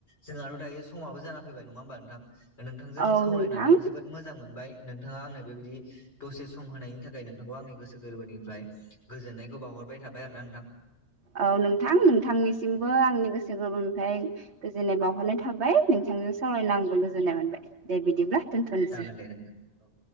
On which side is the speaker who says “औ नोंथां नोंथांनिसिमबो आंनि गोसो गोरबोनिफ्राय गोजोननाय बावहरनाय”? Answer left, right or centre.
Right